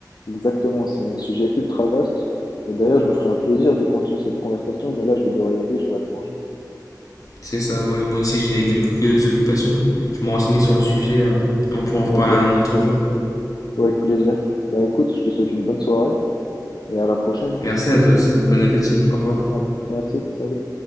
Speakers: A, on the left (about 70°); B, on the left (about 50°).
A: Exactement, c'est un sujet ultra vaste. Et d'ailleurs, je me ferai un plaisir de continuer cette conversation, mais là, je vais devoir y aller, je dois aller manger.
B: C'est ça, ouais. Moi aussi, j'ai quelques occupations. Je me renseignais sur le sujet. hein. On pourra
A: Ok,
B: en reparler
A: ouais,
B: un autre jour.
A: avec plaisir. Bah écoute, je te souhaite une bonne soirée et à la prochaine. hein.
B: Merci à toi aussi. Bon appétit. Au revoir.
A: Ah, Merci, salut.